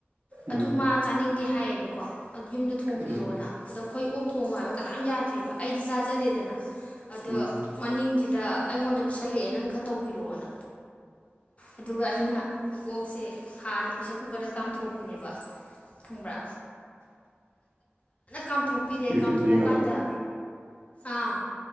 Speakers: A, on the left; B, on the right.
A: ꯑꯗꯨ
B: ꯎꯝ
A: ꯃꯥ ꯆꯥꯅꯤꯡꯗꯦ ꯍꯥꯏꯌꯦꯕꯀꯣ ꯑꯗꯨ ꯌꯨꯝꯗꯥ ꯊꯣꯡꯕꯤꯌꯣꯅ
B: ꯎꯝ
A: ꯑꯗꯣ ꯑꯩꯈꯣꯏ ꯑꯣ ꯊꯣꯡꯉꯣ ꯍꯥꯏꯕ ꯀꯅꯥꯝ ꯌꯥꯗ꯭ꯔꯦꯕ ꯑꯩꯗꯤ ꯆꯥꯖꯗꯦꯗꯅ ꯑꯗꯣ
B: ꯎꯝ
A: ꯃꯅꯤꯡꯁꯤꯗꯤ ꯁꯤꯗ ꯑꯩꯉꯣꯟꯗꯥ ꯄꯤꯁꯜꯂꯛꯑꯦ ꯅꯪ ꯈꯔ ꯇꯧꯕꯤꯔꯛꯑꯣꯅ
B: <unintelligible>
A: ꯑꯗꯨꯒ ꯑꯩꯅ ꯑꯣꯛꯁꯦ ꯍꯥꯟꯅ ꯄ꯭ꯔꯦꯁꯔ ꯀꯨꯀꯔꯗ ꯀꯥꯝꯊꯣꯛꯄꯅꯦꯕ ꯊꯨꯡꯕ꯭ꯔ
B: <unintelligible>
A: ꯀꯥꯝꯊꯣꯛꯄꯤꯔꯦ
B: ꯌꯨꯇ꯭ꯌꯨꯕꯇ
A: ꯀꯥꯝꯊꯣꯛꯑꯀꯥꯟꯗ
B: ꯌꯦꯡꯉꯕ
A: ꯑꯥ